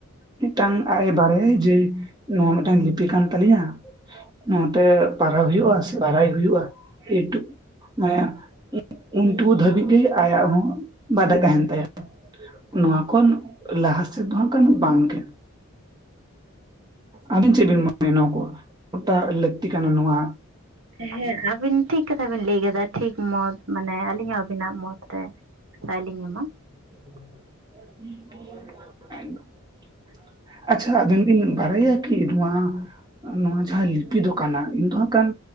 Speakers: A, on the right; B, on the right.
A: ᱢᱤᱫᱴᱟᱝ ᱟᱜᱼᱮ ᱵᱟᱨᱮᱭᱟᱭ ᱡᱮ ᱱᱚᱣᱟ ᱢᱤᱫᱴᱟᱝ ᱞᱤᱯᱤ ᱠᱟᱱ ᱛᱟᱞᱤᱧᱟ ᱱᱚᱣᱟᱛᱮ ᱯᱟᱨᱦᱟᱣ ᱦᱩᱭᱩᱜᱼᱟ ᱥᱮ ᱵᱟᱨᱟᱭ ᱦᱩᱭᱩᱜᱼᱟ ᱮᱴᱩ ᱢᱟᱱᱮ ᱩᱱᱴᱩᱠᱩ ᱫᱷᱟᱹᱵᱤᱡ ᱜᱮ ᱟᱭᱟᱜ ᱦᱚᱸ ᱵᱟᱰᱟᱭ ᱛᱟᱸᱦᱮᱱ ᱛᱟᱭᱟ ᱱᱚᱣᱟ ᱠᱷᱚᱱ ᱞᱟᱦᱟ ᱥᱮᱫ ᱫᱚ ᱦᱟᱸᱜ ᱠᱷᱟᱱ ᱵᱟᱝ ᱜᱮ ᱟᱹᱵᱤᱱ ᱪᱮᱫ ᱵᱤᱱ ᱢᱚᱱᱮᱭᱟ ᱱᱚᱣᱟ ᱠᱚ ᱜᱚᱴᱟ ᱞᱟᱹᱠᱛᱤ ᱠᱟᱱᱟ ᱱᱚᱣᱟ
B: ᱦᱮᱸ ᱟᱵᱤᱱ ᱴᱷᱤᱠ ᱠᱟᱛᱷᱟ ᱵᱤᱱ ᱞᱟᱹᱭ ᱠᱮᱫᱟ ᱴᱷᱤᱠ ᱢᱚᱛ ᱢᱟᱱᱮ ᱟᱹᱞᱤᱧᱟᱜ ᱦᱚᱸ ᱟᱹᱵᱤᱱᱟᱜ ᱢᱚᱛᱨᱮ ᱥᱟᱭᱞᱤᱧ ᱮᱢᱟ
A: <unintelligible> ᱟᱪᱪᱷᱟ ᱟᱵᱤᱱ ᱵᱤᱱ ᱵᱟᱨᱟᱭᱟ ᱠᱤ ᱱᱚᱣᱟ ᱱᱚᱣᱟ ᱡᱟᱦᱟᱸ ᱞᱤᱯᱤ ᱫᱚᱠᱟᱱᱟ ᱤᱧ ᱫᱚ ᱦᱟᱸᱜ ᱠᱷᱟᱱ